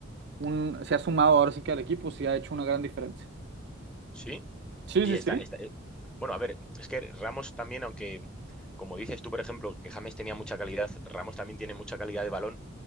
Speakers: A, on the right; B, in the centre.
A: un, se ha sumado ahora sí que al equipo, sí ha hecho una gran diferencia.
B: sí?
A: Sí,
B: Y
A: sí,
B: está,
A: sí,
B: está... eh, Bueno, a ver, es que Ramos también, aunque como dices tú, por ejemplo, que James tenía mucha calidad, Ramos también tiene mucha calidad de balón